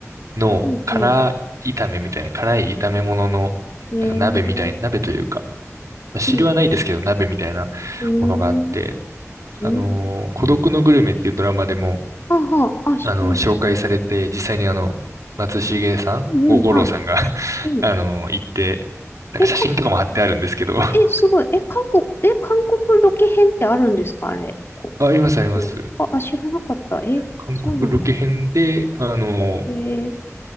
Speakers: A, on the right; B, on the left.
A: の辛炒めみたいな、
B: うんう
A: 辛い炒め物の、
B: ん。えー、
A: なんか鍋みたいな、鍋というか、まあ、汁はないですけど、
B: うん
A: 鍋みたいなものがあって、
B: うーん。うん。
A: あのー孤独のグルメっていうドラマでも、
B: はあ、はあ、あ、知ってます。
A: あの、紹介されて、実際にあの、松重さん、
B: うんうん、
A: ご、五郎さんが
B: はい。
A: <laughs>
B: うん。
A: あの、行って、なんか写真とかも貼ってあるんですけど
B: え、か、
A: <laughs> あ、
B: え、すごい。え、韓国、え、韓国ロケ編ってあるんですかあれ。こ、
A: あります、
B: これこれあ、
A: あります。
B: あ、知らなかった。え、
A: 韓国ロケ編で、
B: そうなんだ。
A: あの、
B: えー、